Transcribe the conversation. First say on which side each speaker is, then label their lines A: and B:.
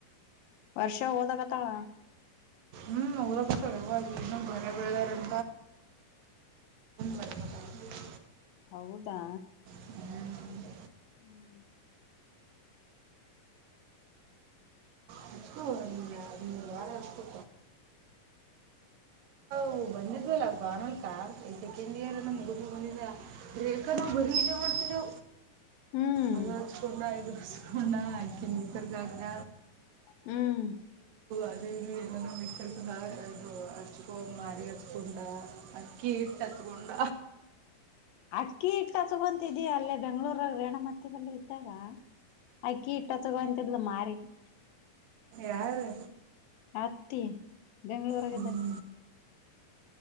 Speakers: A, on the left; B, on the right.
A: ವರ್ಷಾ ಓದಕತಾಳ
B: ಹ್ಮ್ ಹದಕ್ಕಳವರಿ ಬಳ ಬೆಳೆದ <unintelligible> ಬರಬೇಕಾಗಲ್ಲ
A: ಹೌದಾ
B: ಹ್ಮ್
A: ಹ್ಮ
B: ಹಚ್ಕೋ ಒಂದು ಎರಡು ಮೂರು ವಾರ ಹಚ್ಕೋ ಹ ಬಂದಿದ್ಲ್ಲ ಬಾನಲ್ಕಾ ಈ ಸೆಕೆಂಡ್ ಇಯರ್ ನ ಮುಗ ಬಂದ ಏಕೆ ಬರೀ ಇ ಮಾಡ್ತರು
A: ಹ್ಮ್
B: ಅ ಹಚ್ಕೊಂಡು ಸುಣ ಆಯಕಿನಿ ಇದರ್ಗಾಗಿನ
A: ಹ್ಮ್
B: ಅದುಲ್ಲಿ ಮಿದು ಅಡ <unintelligible> ಹಚ್ಕೊಂಡ ಅಕ್ಕಿ ಇಟ್ಟಚ್ಕೊಂಡ
A: ಅಕ್ಕಿ ಇಟ್ಟ ಹಚತಗೊಂತಿದ್ದಿ ಅಲ್ಲೇ ಬೆಂಗಳೂರಗ ರೇಣಮತ್ತಿ ಬಲ್ಲಿ ಇದ್ದಾಗ ಅಕ್ಕಿ ಇಟ್ಟ ಹಚತಗೋಂತಿದ್ಲು ಮಾರಿಗಿ
B: ಯಾರು
A: ಅತ್ತಿ ಬೆಂಗಳೂರಗ
B: ಹ್ಞೂ
A: ಇಗ್ದಾಗ